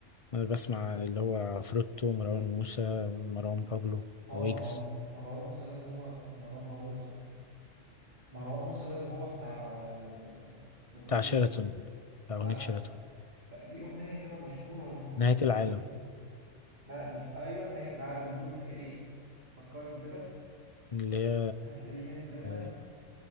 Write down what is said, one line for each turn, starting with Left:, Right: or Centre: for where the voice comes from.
Left: أنا بسمع اللي هو عفروتو مروان موسى مروان بابلو
Right: اه
Left: ويجز
Right: مروان مروان موسى ده اللي هو ومروان بابلو طب مروان موسى ده اللي هو بتاع آه، الأغنية
Left: بتاع شيراتون
Right: اللي
Left: بتاع
Right: لا
Left: اغنية شيراتون
Right: لا ليه أغنية كده مشهورة اللي هو
Left: نهاية
Right: بيقول فيها
Left: العالم
Right: إيه لا مش أيوة نهاية العالم اللي بيقول فيها إيه فكرني كده
Left: اللي هي
Right: هات لي أي هنت منها
Left: آه،